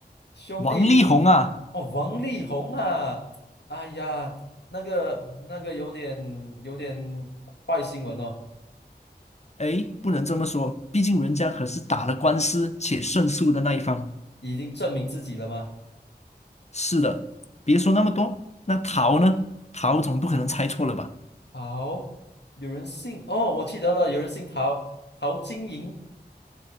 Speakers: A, on the left (about 85°); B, on the left (about 40°).
A: 兄弟？
B: 王力宏啊，
A: 哦，王力宏啊！哎呀，那个那个有点有点坏新闻哦，
B: 哎，不能这么说，毕竟人家可是打了官司且胜诉的那一方。
A: 已经证明自己了吗？
B: 是的，别说那么多，那陶呢？陶总不可能猜错了吧？
A: 好，有人姓哦，我记得了，有人姓陶，陶晶莹